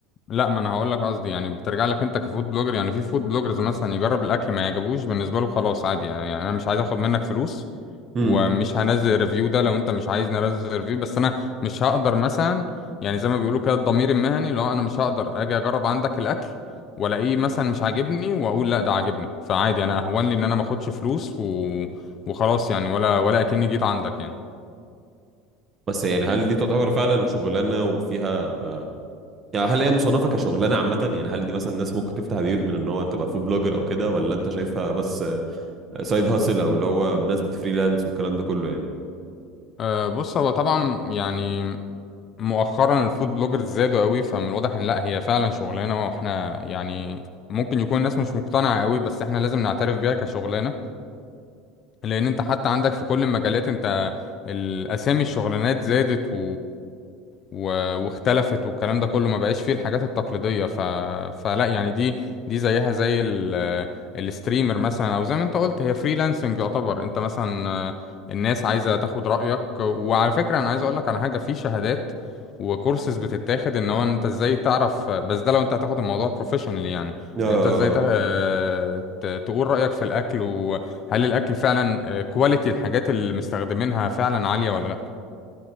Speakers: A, on the left; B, on the right.
A: لا ما انا هقول لك قصدي يعني بترجع لك انت كفود بلوجر يعني في فود بلوجرز مثلا يجرب الاكل ما يعجبوش بالنسبه له خلاص عادي يعني, يعني انا مش عايز اخد منك فلوس
B: امم
A: ومش هنزل ريفيو ده لو انت مش عايز ننزل ريفيو بس انا مش هقدر مثلا يعني زي ما بيقولوا كده الضمير المهني لو انا مش هقدر اجي اجرب عندك الاكل والاقيه مثلا مش عاجبني واقول لا ده عاجبني فعادي انا اهون لي ان انا ما اخدش فلوس و... وخلاص يعني ولا ولا اكني جيت عندك يعني
B: بس يعني هل دي تعتبر فعلا شغلانه وفيها يعني هل هي مصنفة كشغلانة عامة يعني هل دي مثلا ناس ممكن تفتح بيوت من ان هو تبقى فود بلوجر او كده ولا انت شايفها بس سايد هاسل او اللي هو ناس بتفريلانس والكلام ده كله يعني
A: أه بص هو طبعا يعني مؤخرا الفود بلوجرز زادوا قوي فمن الواضح ان لا هي فعلا شغلانه واحنا يعني ممكن يكون الناس مش مقتنعه قوي بس احنا لازم نعترف بيها كشغلانه لان انت حتى عندك في كل المجالات انت الاسامي الشغلانات زادت و... و... واختلفت والكلام ده كله ما بقاش فيه الحاجات التقليدية ف... فلا يعني دي دي زيها زي ال... الستريمر مثلا او زي ما انت قلت هي فريلانسنج يعتبر انت مثلا آه، الناس عايزة تاخد رأيك وعلى فكرة انا عايز اقولك على حاجة في شهادات وكورسز بتتاخد ان هو انت ازاي تعرف بس ده لو انت هتاخد الموضوع بروفيشنال يعني
B: آه
A: انت ازاي تا- آه، ت- تقول رأيك في الاكل و... هل الاكل فعلا كواليتي الحاجات اللي مستخدمينها فعلا عاليه ولا لا